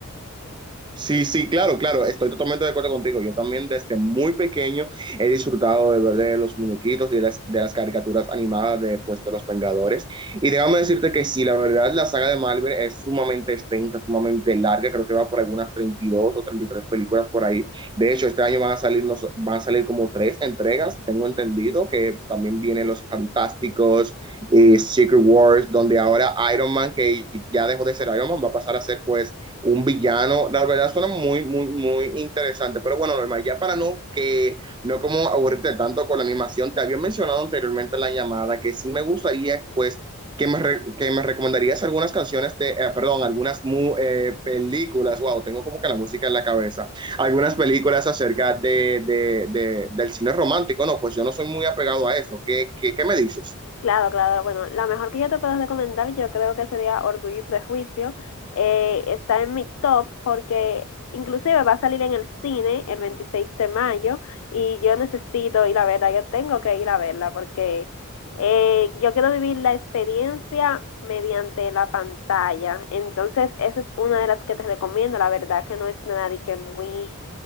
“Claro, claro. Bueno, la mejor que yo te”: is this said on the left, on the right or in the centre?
Left